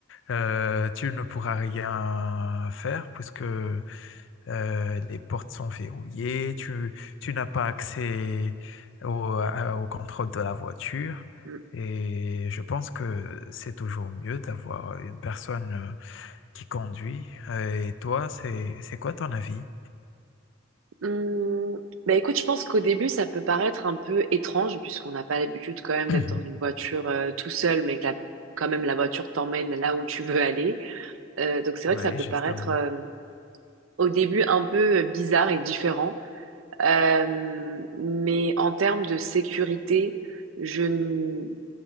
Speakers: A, on the left; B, on the right.
A: Euh, tu ne pourras rien faire puisque euh, les portes sont verrouillées, tu, tu n'as pas accès au, à- au contrôle de la voiture.
B: Mm.
A: Et je pense que c'est toujours mieux d'avoir une personne euh, qui conduit. Euh, Et toi, c'est, c'est quoi ton avis?
B: Mm. Bah écoute, je pense qu'au début, ça peut paraître un peu étrange, puisqu'on n'a pas l'habitude quand même
A: <clears throat>
B: d'être dans une voiture euh, tout seul, mais que la- quand même la voiture t'emmène là où tu veux aller. Euh, donc c'est
A: Oui,
B: vrai que ça peut
A: justement.
B: paraître euh, au début un peu euh, bizarre et différent. Euh, mais en termes de sécurité, je, n-